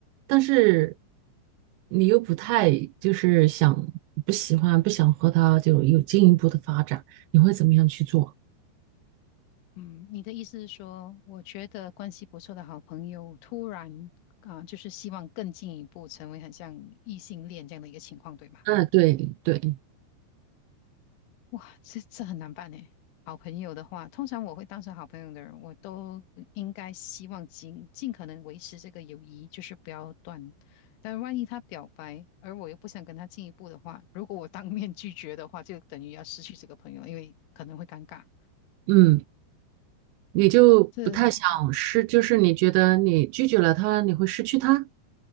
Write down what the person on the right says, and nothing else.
但是你又不太就是想不喜欢不想和他就有进一步的发展，你会怎么样去做？
嗯，对对，
嗯，你就不太想失，
就是你觉得你拒绝了他，你会失去他